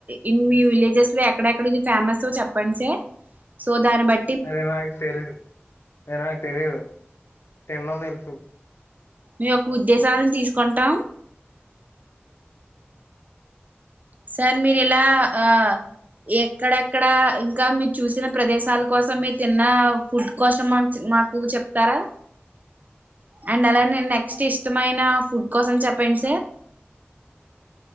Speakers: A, on the right; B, on the left.
A: ఇన్ మీ విలేజెస్ లో ఎక్కడెక్కడ ఇది ఫేమసో చెప్పండి సార్ సో దాని బట్
B: అది నాకు తెలీదు అది నాకు తెలీదు తిండం తెలుసు
A: మీ యొక్క ఉద్దేశాలను తీసుకుంటాం సార్ మీరు ఎలా ఆ ఎక్కడెక్కడ ఇంకా మీరు చూసిన ప్రదేశాల కోసం మీరు తిన్న ఫుడ్ కోసం మాకు చెప్తారా అండ్ అలా నేను నెక్స్ట్ ఇష్టమైన ఫుడ్ కోసం చెప్పండి సార్